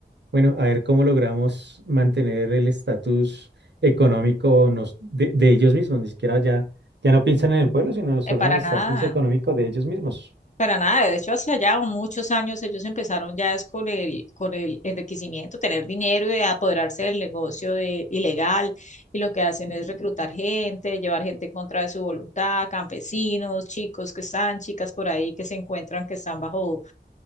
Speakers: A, on the right; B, on the left.
A: Bueno, a ver cómo logramos mantener el estatus económico nos- de, de ellos mismos. Ni siquiera ya, ya no piensan en el pueblo, sino solo
B: Eh, para
A: en el estatus
B: nada
A: económico de ellos mismos.
B: Para nada, de hecho, hace allá muchos años ellos empezaron ya es con el, con el enriquecimiento, tener dinero y apoderarse del negocio de, ilegal. Y lo que hacen es reclutar gente, llevar gente en contra de su voluntad, campesinos, chicos que están, chicas por ahí que se encuentran que están bajo,